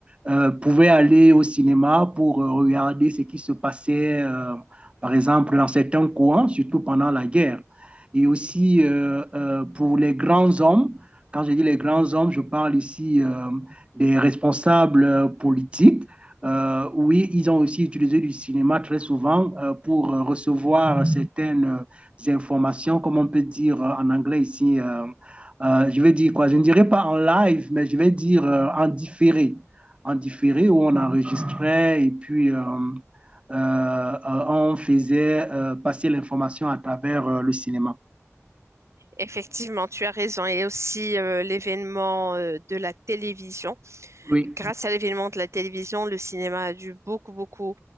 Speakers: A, on the right (about 25°); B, on the right (about 65°).
A: euh, pouvaient aller au cinéma pour euh, regarder ce qui se passait, euh, par exemple, dans certains coins, surtout pendant la guerre. Et aussi euh, euh, pour les grands hommes, quand je dis les grands hommes, je parle ici euh, des responsables euh, politiques. Euh, oui, ils ont aussi utilisé du cinéma très souvent euh, pour euh, recevoir certaines euh, informations, comme on peut dire euh, en anglais ici, euh, euh, je vais dire quoi, je ne dirais pas en live, mais je vais dire euh, en différé. En différé, où on enregistrait et puis euh, euh, euh, on faisait euh, passer l'information à travers euh, le cinéma.
B: Effectivement, tu as raison. Et aussi euh, l'événement euh, de la télévision.
A: Oui.
B: Grâce à l'événement de la télévision, le cinéma a dû beaucoup, beaucoup